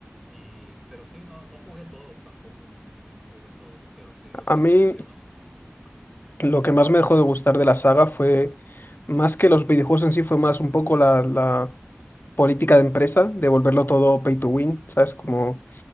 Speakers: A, in the centre; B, on the left.
A: Y, pero sí, no, no jugué todos tampoco. Sí, no jugué todos, pero sí, los
B: A
A: que
B: mí.
A: te menciono, sí. Ajá.
B: Lo que más me dejó de gustar de la saga fue, más que los videojuegos en sí, fue más un poco la, la política de empresa, de volverlo todo pay to win, ¿sabes? Como